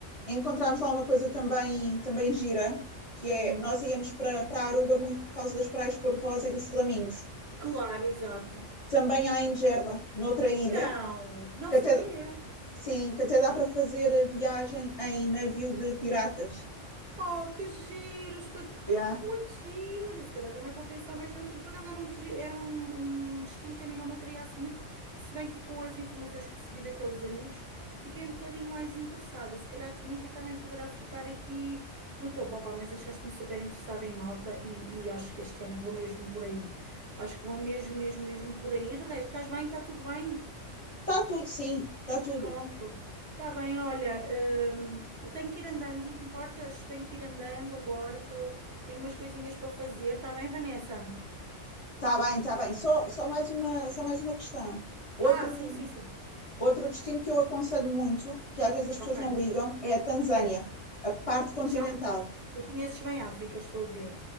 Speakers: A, on the left; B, on the right.
A: encontramos lá uma coisa também, também gira, que é,
B: Uhum.
A: nós íamos para para Aruba muito por causa das praias cor-de-rosa e dos flamingos.
B: Claro, exato.
A: Também há em Gerba, noutra ilha,
B: Não, não
A: que
B: sabia.
A: até, sim, que até dá para fazer viagem em navio de piratas.
B: Oh, que giro, espetacular,
A: Yeah.
B: <laughs> muito giro. Olha, se calhar também vou pensar mais no tudo. Por acaso era um, turi- era um, um destino que a mim não me atraía assim muito, se bem que com as informações que recebi daqueles amigos, fiquei um bocadinho mais interessada. Se calhar a Tunísia também poderá ficar aqui no topo. Opa, mas deixaste-me super interessada em Malta e, e acho que este ano vou mesmo por aí. Acho que vou mesmo, mesmo, mesmo por aí. De resto, estás bem? Está tudo bem?
A: Está tudo, sim, está tudo.
B: Pronto, está bem, olha, hum, tenho que ir andando, não te importas? Tenho que ir andando agora, tô, tenho umas coisinhas para fazer, está bem, Vanessa?
A: Está bem, está bem. Só, só mais uma, só mais uma questão. Outro,
B: Ah, sim, sim, sim,
A: outro destino que eu aconselho muito, que às vezes as pessoas
B: ok,
A: não ligam, é a Tanzânia,
B: que é,
A: a parte continental.
B: já, tu conheces bem a África, estou a ver,